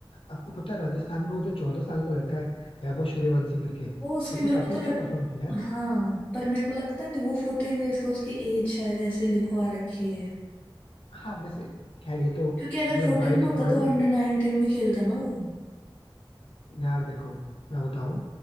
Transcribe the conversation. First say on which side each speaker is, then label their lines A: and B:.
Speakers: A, on the left; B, on the left.
A: आपको पता है राजस्थान में वो जो चौदह साल का लड़का है वैभव सूर्यवंशी करके
B: वो उसके
A: उसने
B: मेरे
A: काफी
B: को तो
A: अच्छा
B: लग
A: परफॉर्म किया यार
B: हाँ पर मेरे को लगता नहीं वो फोर्टीन इयर्स का उसकी एज शायद ऐसे लिखवा रखी है
A: हाँ वैसे खैर ये तो
B: क्योंकि अगर
A: मतलब
B: फोर्टीन
A: बाय
B: का होता
A: डिफॉल्ट
B: तो
A: ना
B: अंडर नाइनटीन में खेलता ना वो
A: यार देखो मैं बताऊं